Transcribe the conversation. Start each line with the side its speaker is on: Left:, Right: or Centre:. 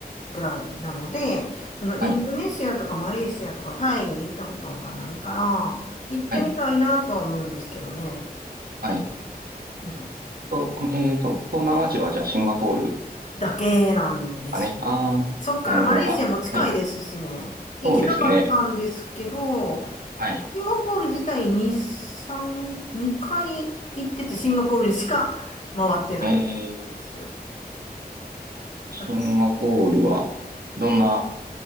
Left: ぐらいなので、そのインドネシアとかマレーシアとかタイに行ったことがないから、
Right: はい。
Left: 行ってみたいなとは思うんですけどね。
Right: はい。はい。
Left: うん。
Right: と、えっと、東南アジアはじゃあシンガポール
Left: だけなんですよそっからマレーシアも近いですしね。
Right: かね。ああ、なるほど。あ、はい。
Left: 行きたかったんですけど、
Right: そうですね。はい。
Left: シンガポール自体に3、2回行ってて、シンガポールにしか回ってないん
Right: えー、
Left: ですよ。
Right: シンガポールは、
Left: 私、
Right: どんな